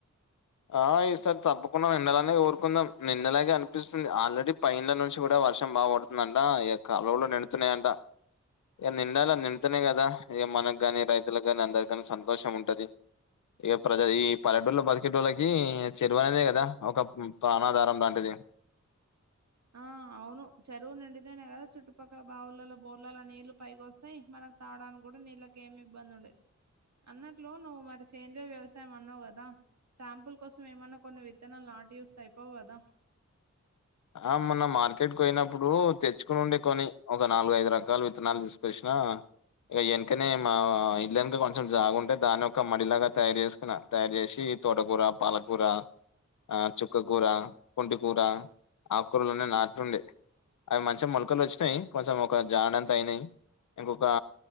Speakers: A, on the left; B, on the right.
A: ఆ ఈ సార్ తప్పకుండా నిండలానే కోరుకుందాం నిండలాగే అనిపిస్తుంది ఆల్రెడీ పైన నుంచి గుడా వర్షం బాగు పడుతుందంట ఇగ కాలువలుళ్ల నిండుతున్నాయి అంట ఇగ నిండాలే నిండుతేనే గదా ఇగ మనకు గాని రైతులకు గాని అందరి గాని సంతోషం ఉంటది ఇక ప్రజ ఈ పలెటూర్లో బది కె టోలకి చెరువు అనేదే కదా ఒక పానాధారం లాంటిది
B: ఆ అవును చెరువు నిండితేనే కదా చుట్టుపక్కల బావులలో బోర్లలో నీళ్లు పైకి వొస్తాయి మనకు తాడానికి గుడా నీళ్ళేకి ఏమి ఇబ్బంది ఉండద్ అన్నట్లు నువ్వు మరి సేంద్రయ వ్యవసాయం అన్నావు గదా సాంపిల్ కోసం ఏమన్నా కొన్ని విత్తనాలు నాటీ చూస్తే అయిపోవు కదా
A: ఆ మొన్న మార్కెట్కి పోయినప్పుడు తెచ్చుకుని ఉండే కొన్ని ఒక నాలుగు ఐదు రకాల విత్తనాలు తీసుకొచ్చినా ఇగ ఎన్కనే మా ఇల్ ఎనుక కొంచెం జాగుంటే దాన్ని ఒక మడిలాగా తయారు చేసు కున్న తయారు చేసి తోటకూర, పాలకూర, ఆ చుక్కకూర, పూంటి కూర ఆకూరలులనే నాట్లు ఉండే అవి మంచిగా మొలకలు వచ్చినాయి కొంచెం ఒక జాడంత అయినాయి. ఇంకొకా